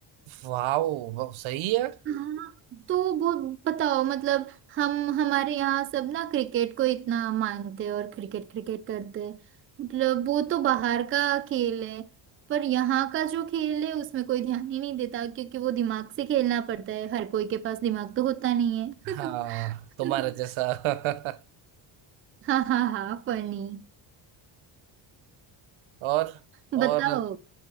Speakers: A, on the right; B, on the right.
A: वाओ सही है
B: हाँ तो बहुत बताओ मतलब हम हमारे यहाँ सब ना क्रिकेट को इतना मानते हैं और क्रिकेट क्रिकेट करते हैं मतलब वो तो बाहर का खेल है पर यहाँ का जो खेल है उसमें कोई ध्यान ही नहीं देता क्योंकि वो दिमाग से खेलना पड़ता है हर कोई के पास दिमाग तो होता नहीं है
A: हाँ
B: <laughs>
A: तुम्हारे
B: <laughs>
A: जैसा <laughs>
B: हाँ हाँ हाँ फनी
A: और
B: बताओ
A: और